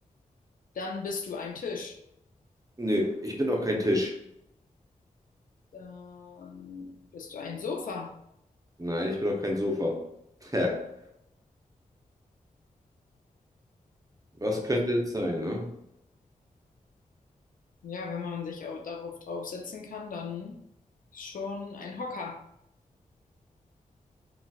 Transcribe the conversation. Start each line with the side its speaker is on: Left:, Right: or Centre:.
Left: dann bist du ein Tisch.
Right: Nö, ich bin auch kein Tisch.
Left: Dann bist du ein Sofa.
Right: Nein, ich bin auch kein Sofa. Tja, was
Left: Okay.
Right: könnte es sein, ne?
Left: Ja, wenn man sich auch darauf draufsetzen kann, dann ist schon ein Hocker.